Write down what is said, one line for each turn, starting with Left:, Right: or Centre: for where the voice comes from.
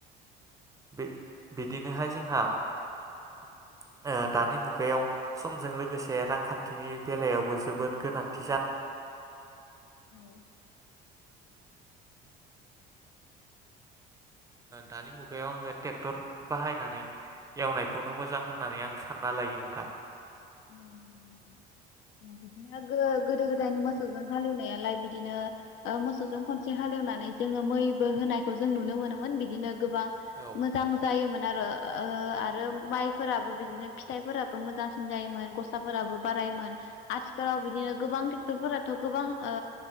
Right: बे बिदिनोहाय जोंहा ओ दानि मुगायाव समजों लोगोसे रांखान्थिनि बेलायावबो जोबोद गोनांथि जा
Left: औ।
Right: दानि मुगायाव आङो ट्रेक्टर बाहायनानै एवनायखौनो मोजां होननानै आं सानना लायो नोंथां।
Left: औ नंगौ नोंथां ओ बिदिनो गो-गोदो गोदायनि मोसौजों हालेवनायालाय बिदिनो ओ मोसौजों खनसे हालेवनानै जोङो मैबो होनायखौ जों नुनो मोनोमोन बिदिनो गोबां
Right: औ
Left: मोजां जायोमोन आरो। ओ ओ आरो माइफोराबो बिदिनो फिथाइफोराबो मोजांस सिनजायोमोन गसाफोराबो बारायोमोन आथिखालाव बिदिनो गोबां ट्रेक्टरफोराथ' गोबां ओ